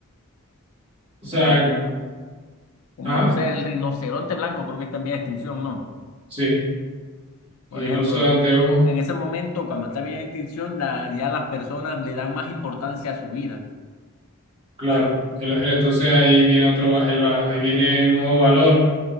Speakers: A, on the right; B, on the left.
A: O sea,
B: o sea, como, como,
A: ajá,
B: no sé, el rinoceronte blanco creo que está en vía de extinción, ¿no?
A: sí.
B: Por
A: Y el
B: ejemplo,
A: oso de anteojo,
B: en ese momento, cuando está en vía de extinción, la- ya las personas le dan más importancia a su vida.
A: claro. El- entonces ahí viene otro, va- el, va- ahí viene un nuevo valor